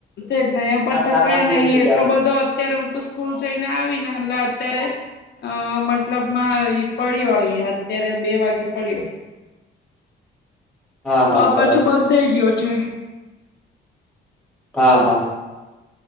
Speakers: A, on the left; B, in the centre.
A: જ એ પણ તો
B: સાત
A: કઈ
B: આઠ દિવસ
A: નહી
B: થઈ
A: એટલો
B: ગયા આના.
A: બધો. અત્યારે તો સ્કૂલ જઈને આવીને એટલે અત્યારે અહ મતલબમાં ઈ પડી વળયા અત્યારે બે વાગે પડી વળયા
B: હા હા
A: હ પાછું
B: બરાબર
A: બંધ થઇ ગયો છે
B: હા હા